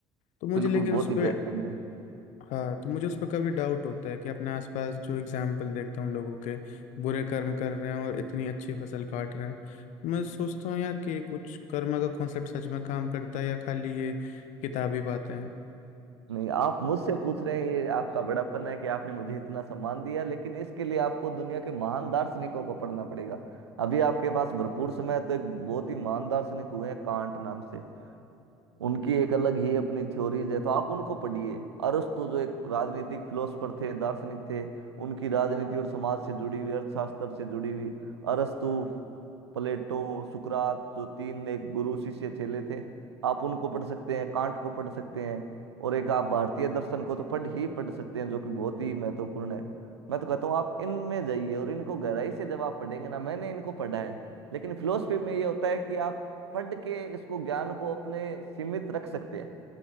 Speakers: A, on the left; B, on the right.
A: तो मुझे
B: बिल्कुल
A: लेकिन
B: बहुत
A: उस
B: ही
A: पर
B: बेहतरीन है
A: हाँ तो मुझे उस पर कभी डाउट होता है कि अपने आसपास जो एग्जाम्पल देखता हूँ लोगों के बुरे कर्म कर रहे हैं और इतनी अच्छी फसल काट रहे हैं मैं सोचता हूँ यार कि कुछ कर्म का कॉन्सेप्ट सच में काम करता है या खाली ये किताबी बातें हैं
B: नहीं आप मुझसे पूछ रहे हैं ये आपका बड़ापन है कि आपने मुझे इतना सम्मान दिया दार्शनिकों, लेकिन इसके लिए आपको दुनिया के महान दार्शनिकों को पढ़ना पड़ेगा अभी आपके पास भरपूर समय है तो एक बहुत ही महान दार्शनिक हुए हैं कांट नाम से उनकी एक अलग ही अपनी थ्योरीज है तो आप उनको पढ़िए अरस्तु जो एक राजनीतिक फिलोसफर थे दार्शनिक थे उनकी राजनीति और समाज से जुड़ी हुई अर्थशास्त्र से जुड़ी हुई अरस्तु प्लेटो सुकरात जो तीन एक गुरु शिष्य चेले थे आप उनको पढ़ सकते हैं कांट को पढ़ सकते हैं और एक आप भारतीय दर्शन को तो पढ़ ही पढ़ सकते हैं जो कि बहुत ही महत्वपूर्ण है मैं तो कहता हूँ आप इनमें जाइए और इनको गहराई से जब आप पढ़ेंगे ना मैंने इनको पढ़ा है लेकिन फिलोसफी में ये होता है कि आप पढ़ के इसको ज्ञान को अपने सीमित रख सकते हैं